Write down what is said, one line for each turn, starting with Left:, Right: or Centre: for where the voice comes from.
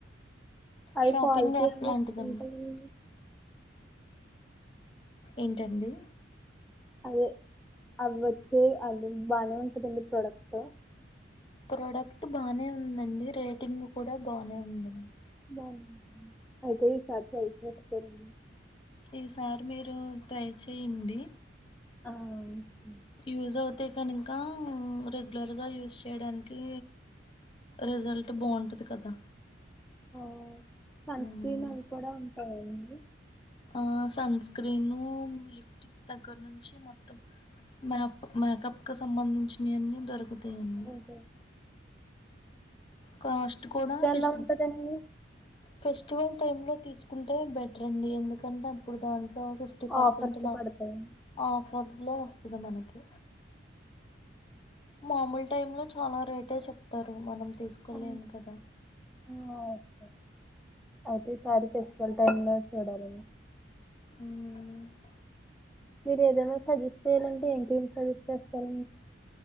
Centre: అది
Left: షాపింగ్
Centre: క్వాలిటీ
Left: యాప్
Centre: అవి
Left: లాంటిదండి
Centre: ఎంత ఉంటాయండి
Left: ఏంటండి
Centre: అదే అవి వచ్చే అది బాగానే ఉంటుందండి ప్రోడక్ట్
Left: ప్రోడక్ట్ బానే ఉందండి రేటింగ్ కూడా బానే ఉందండి
Centre: బగుంటుండి అయ్తే ఇసారికి సాధయితేస్తడి
Left: ఈసారి మీరు ట్రై చేయ అండీ
Centre: అ అవును
Left: యూజ్ అవుతే కనుక రెగ్యులర్గా యూజ్ చేయడానికి రిజల్ట్ బాగుంటుంది కదా
Centre: అ ఓ సన్‌స్క్రీన్
Left: మ్మ్
Centre: అవి కూడా ఉంటాయిడి మ్మ్
Left: ఆ సన్ స్క్రీన్ లిఫ్టిక్ దగ్గర నుంచి మొత్తం మ మ కక సంబంధ చుస్నాయి అని అంతే అండి
Centre: ఉంటాయి
Left: కాస్ట్ కూడా ఫిష్ట
Centre: ఎలా ఉంటదండి
Left: ఫెస్టివల్ టైమ్ంలో తీసుకుంటే బెటర్ అండి ఎందుక తపుడు దాంట్లో ఫిఫ్టీ పర్సెంట్
Centre: ఆఫర్స్ పడతాయి
Left: ఆఫర్ లో వ ధు మనకి మామూలు టైమ్ లో చాలా రేటే చెప్తారు మనం తీసుకోలేం
Centre: ఆ
Left: కదా
Centre: ఆ, ఓకే అయితే ఈసారి ఫెస్టివల్ టైమ్ లో చూడాల
Left: ఉమ్ ఉ
Centre: మీరు ఏదమనా సజెస్ట్ చేయ్యాలంటే ఇంకేమి సజెస్ట్ చేస్తార